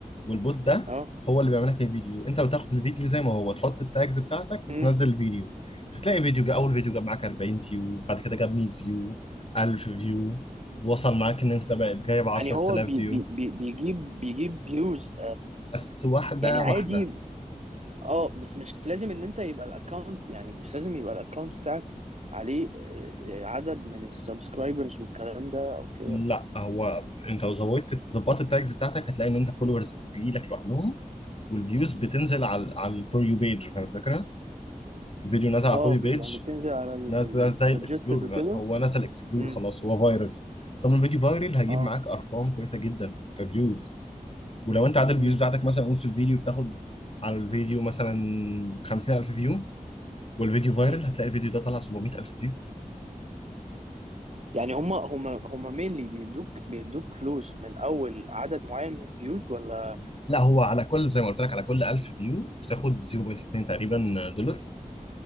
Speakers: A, on the left (about 45°); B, on the right (about 50°).
A: والبوت ده
B: اه
A: هو اللي بيعمل لك الفيديو انت بتاخد الفيديو زي ما هو تحط التاجز بتاعتك وتنزل
B: امم
A: الفيديو هتلاقي فيديو جا اول فيديو جاب معاك 40 فيو بعد كده جاب 100 فيو 1000 فيو وصل معاك ان انت بقت جايب 10000
B: يعني هو بي
A: فيو
B: بي بي- بيجيب بيجيب فيوز
A: بس واحده
B: يعني عادي
A: واحده
B: اه بس مش لازم ان انت يبقى الاكونت يعني مش لازم يبقى الاكونت بتاعك عليه آه، عدد من السبسكرايبرز والكلام ده او كده لا
A: لا هو انت لو زودت ظبطت التاجز بتاعتك هتلاقي ان انت فولورز بتجيلك لوحدهم والفيوز بتنزل على على الفور يو بيج فاهم الفكره؟ الفيديو نازل على
B: اه
A: الفور يو
B: بي-
A: بيج
B: يعني بتنزل على
A: ناس زي
B: السجستد
A: الاكسبلور
B: وكده
A: بقى هو نسى الاكسبلور
B: امم
A: خلاص هو فايرال طب لما بيجي فايرال هجيب
B: اه
A: معاك ارقام كويسه جدا كفيوز ولو انت عدد الفيوز
B: امم
A: بتاعتك مثلا قول في الفيديو بتاخد على الفيديو مثلا 50000 فيو والفيديو فايرال
B: امم
A: هتلاقي الفيديو ده طلع 700000 فيو
B: يعني هما هما هما مينلي بيدوك بيدوك فلوس من اول عدد معين من الفيوز ولا من
A: لا هو على كل زي ما قلت لك على كل 1000 فيو بتاخد 0.2 تقريبا دولار